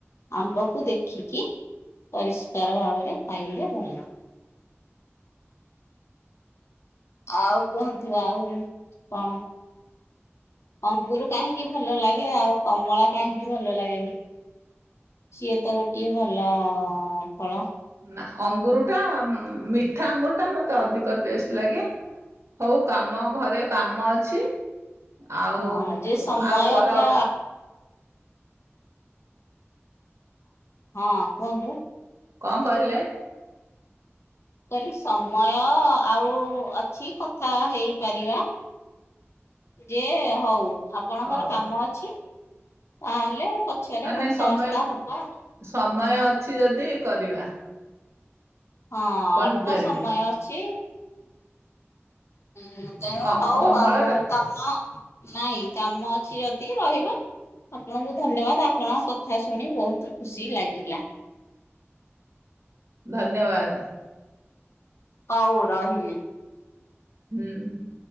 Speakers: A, on the left; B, on the right.
A: ଆମ୍ବକୁ ଦେଖିକି ପରିଷ୍କାର ଭାବରେ ଖାଇଲେ ଭଲ। ଆଉ କୁହନ୍ତୁ ଆଉ କଣ? ଅଙ୍ଗୁର କାହିଁକି ଭଲ ଲାଗେ ଆଉ କମଳା କାହିଁକି ଭଲ ଲାଗେନି? ସିଏ ତ ଗୋଟିଏ ଭଲ ଫଳ।
B: ନା ଅଙ୍ଗୁର ଟା ମିଠା ଅଙ୍ଗୁର ଟା ମତେ ଅଧିକ ଟେଷ୍ଟ ଲାଗେ। ହଉ କାମ ଘରେ କାମ ଅଛି ଆଉ
A: ହଁ ଯେ ସମୟଟା
B: ଆଉ ପର
A: ହଁ କୁହନ୍ତୁ?
B: କଣ କହିଲେ?
A: କହିଲି ସମୟ ଆଉ ଅଛି କଥା ହେଇପାରିବା। ଯେ ହଉ। ଆପଣଙ୍କର
B: ହଉ
A: କାମ ଅଛି ତାହେଲେ ପଛରେ
B: ନାଇଁ ନାଇଁ
A: କଥାବାର୍ତ୍ତା
B: ସମୟ
A: ହବା ଆଉ।
B: ସମୟ ଅଛି ଯଦି କରିବା।
A: ହଁ
B: କହିପାରିବି
A: ଅଳ୍ପ ସମୟ ଅଛି। ହୁଁ ତେଣୁ
B: ଅ
A: ହଉ
B: କମଳଟା
A: ଆଉ କାମ ନାଇଁ କାମ ଅଛି ଯଦି ରହିବା। ଆପଣଙ୍କୁ ଧନ୍ୟବାଦ ଆପଣଙ୍କ କଥା ଶୁଣି ବହୁତ ଖୁସି ଲାଗିଲା।
B: ଧନ୍ୟବାଦ।
A: ହଉ ରହିଲି।
B: ହୁଁ।